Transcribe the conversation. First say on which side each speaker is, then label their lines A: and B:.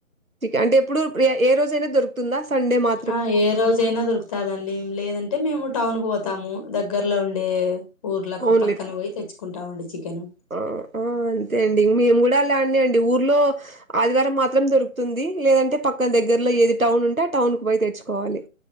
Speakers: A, on the right; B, on the left.
A: అంటే ఎప్పుడు ఏ రోజు అయినా ఉంద సండే మా
B: ఆ ఏ రోజనై నా దొరు కదండి లేదంటే మేము టౌన్ కు పోతాము దగ్గర్లో ఉండే ఊర్లకు
A: ఓన్లీ
B: పక్కన పోయి తెచ్చుకుంటామండి చికెను
A: ఆ అంతే అండి మేము కూడ అలానే అండి ఊర్లో ఆదివారం మాత్రం దొరుకుతుంది లేదంటే పక్కన దగ్గరలో ఏది టౌన్ ఉంటే ఆ టౌన్ కు పోయి తెచ్చుకోవాలి